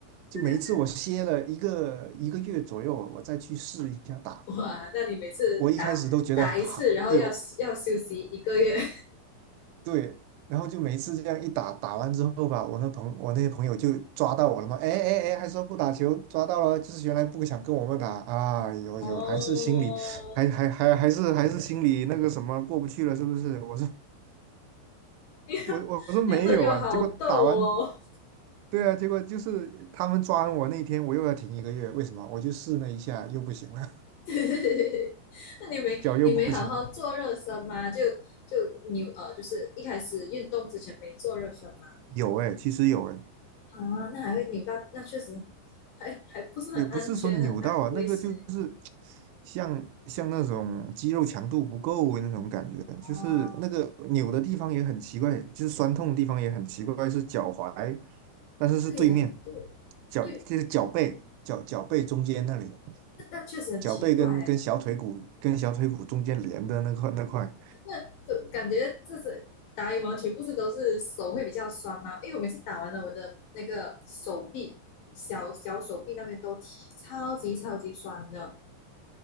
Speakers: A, on the right; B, on the left.
A: 就每一次我歇了一个一个月左右，
B: 对呀、啊对呀、
A: 我再去试一下打，
B: 哇，那你每次打打一次，
A: 我一开始都觉得哈，
B: 然后要要休息一个月。
A: 对哦
B: <laughs>
A: 对，然后就每一次这样一打，打完之后吧，我那朋我那些朋友就抓到我了嘛，哎哎哎，还说不打球，抓到了，就是原来不想跟我们打啊，有有，
B: 哦，
A: 还是心里还还还还是还是心里那个什么过不去了，是不是？我说
B: 你的你的朋友好逗哦。
A: 我我我说没有啊，结果打完，对啊，结果就是他们抓完我那天，我又要停一个月，为什么？我就试了一下，又不行了，
B: <laughs> 那你没你没好好做热身吗？
A: <laughs> 脚又不行。
B: 就就扭呃，就是一开始运动之前没做热身吗？
A: 有哎、其实有哎、
B: 啊，那还会扭到，那确实还还不是很安全，
A: 也不是说扭到啊，
B: 很安很危险。
A: 那个就是像像那种肌肉强度不够那种感觉，
B: 哦，
A: 就是那个扭的地方也很奇怪，就是酸痛的地方也很奇怪，是脚踝，但是是对面
B: 对耶，对
A: 脚，
B: 对，
A: 就是脚背，脚脚背中间那里。
B: 那那确实很奇怪耶。
A: 脚背跟跟小腿骨跟小腿骨中间连的那块那块。
B: 那就感觉这是打羽毛球，不是都是手会比较酸吗？因为我每次打完了，我的那个手臂、小小手臂那边都提超级超级酸的。